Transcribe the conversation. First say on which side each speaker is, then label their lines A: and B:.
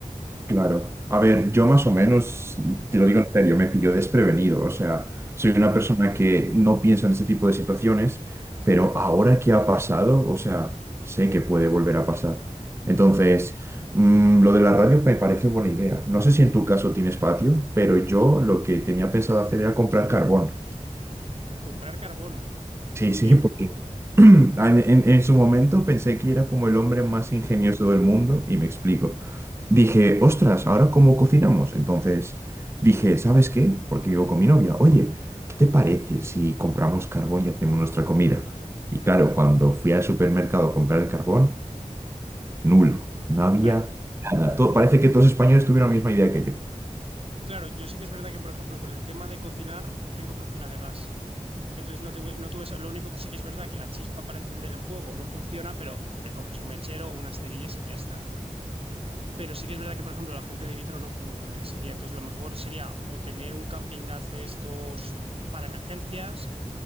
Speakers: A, on the right (about 20°); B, on the right (about 45°).
A: Claro. A ver, yo más o menos, te lo digo en serio, me pilló desprevenido. O sea, soy una persona que no piensa en ese tipo de situaciones, pero ahora que ha pasado, o sea, sé que puede volver a pasar. Entonces, mm, lo de la radio me parece buena idea. No sé si en tu caso tienes patio, pero yo lo que tenía pensado hacer era comprar carbón.
B: Comprar carbón,
A: Sí,
B: porque,
A: sí, <laughs> porque <clears throat> en, en- en su momento pensé que era como el hombre más ingenioso del mundo y me explico. Dije, ostras, ¿ahora cómo cocinamos? Entonces dije, ¿sabes qué? Porque vivo con mi novia. Oye, ¿qué te parece si compramos carbón y hacemos nuestra comida? Y claro, cuando fui al supermercado a comprar el carbón, nulo. No había
B: claro,
A: nada. To- parece que todos los españoles tuvieron la misma idea que yo.
B: claro, yo sí que es verdad que, por ejemplo, con el tema de cocinar, tengo cocina de gas. Entonces no tuve, no tuve eso. Lo único que sí que es verdad que la chispa para encender el fuego no funciona, pero te coges un mechero o unas cerillas y ya está. Pero sí que es verdad que, por ejemplo, la gente de Vitro no pudo comer ese día. Entonces, lo mejor sería o tener un camping gas de estos para emergencias